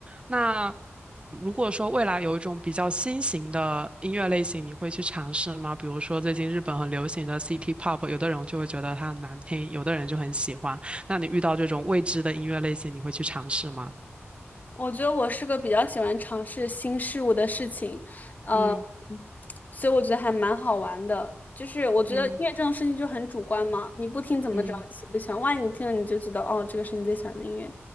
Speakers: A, on the right; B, on the left.
A: 那如果说未来有一种比较新型的音乐类型，你会去尝试吗？比如说最近日本很流行的 City Pop，有的人就会觉得它很难听，有的人就很喜欢。那你遇到这种未知的音乐类型，你会去尝试吗？
B: 我觉得我是个比较喜欢尝试新事物的事情，呃，
A: 嗯
B: 所以我觉得还蛮好玩的。就是我觉得音乐这种事情就很主观嘛，
A: 嗯
B: 你不听怎么知道你喜不喜欢？
A: 嗯
B: 万一你听了你就知道，哦，这个是你最喜欢的音乐。